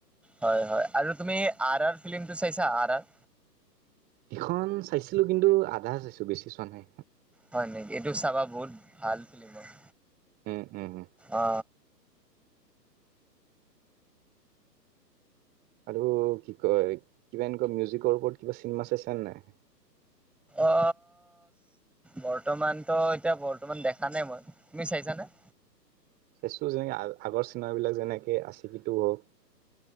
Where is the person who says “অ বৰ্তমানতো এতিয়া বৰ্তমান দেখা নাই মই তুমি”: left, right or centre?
Centre